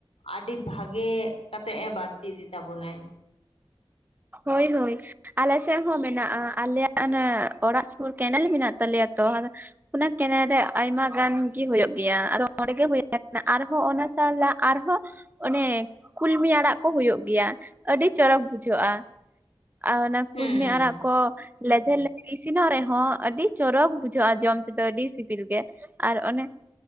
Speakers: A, on the left; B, on the right.
A: ᱟᱹᱰᱤ ᱵᱷᱟᱜᱮ ᱠᱟᱛᱮᱜ-ᱮ ᱵᱟᱹᱲᱛᱤ ᱤᱫᱤ ᱛᱟᱵᱚᱱᱟᱭ
B: ᱦᱳᱭ ᱦᱳᱭ ᱟᱞᱮ ᱥᱮᱱ ᱦᱚᱸ ᱢᱮᱱᱟᱜᱼᱟ ᱟᱞᱮᱭᱟᱜ ᱚᱱᱮ ᱚᱲᱟᱜ ᱥᱩᱨ ᱠᱮᱱᱮᱞ ᱢᱮᱱᱟᱜ ᱛᱟᱞᱮᱭᱟ ᱛᱚ ᱚᱱᱟ ᱠᱮᱱᱮᱞ ᱨᱮ ᱟᱭᱢᱟ ᱜᱟᱱᱜᱮ ᱦᱩᱭᱩᱜ ᱜᱮᱭᱟ ᱟᱫᱚ ᱚᱸᱰᱮᱜᱮ ᱦᱩᱭ ᱟᱠᱟᱱᱟ ᱟᱨᱦᱚᱸ ᱚᱱᱟ ᱥᱟᱞᱟᱜ ᱟᱨᱦᱚᱸ ᱚᱱᱮ ᱠᱩᱞᱢᱤ ᱟᱲᱟᱜ ᱠᱚ ᱦᱩᱭᱩᱜ ᱜᱮᱭᱟ ᱟᱹᱰᱤ ᱪᱚᱨᱚᱠ ᱵᱩᱡᱷᱟᱹᱜᱼᱟ ᱟᱨ ᱚᱱᱟ
A: ᱦᱮᱸ
B: ᱠᱩᱞᱢᱤ ᱟᱲᱟᱜ ᱠᱚ ᱞᱮᱫᱷᱮᱨ ᱞᱮᱫᱷᱮᱨ ᱤᱥᱤᱱᱚᱜ ᱨᱮᱦᱚᱸ ᱟᱹᱰᱤ ᱪᱚᱨᱚᱠ ᱵᱩᱡᱷᱟᱹᱜᱼᱟ ᱡᱚᱢ ᱛᱮᱫᱚ ᱟᱹᱰᱤ ᱥᱤᱵᱤᱞ ᱜᱮ ᱟᱨ ᱚᱱᱮ